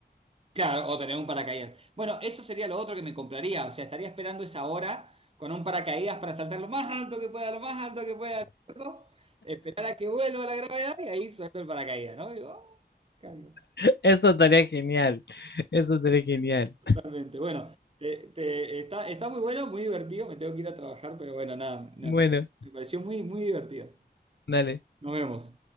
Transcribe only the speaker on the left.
<laughs> Eso estaría genial. Eso estaría genial.
Bueno,
dale.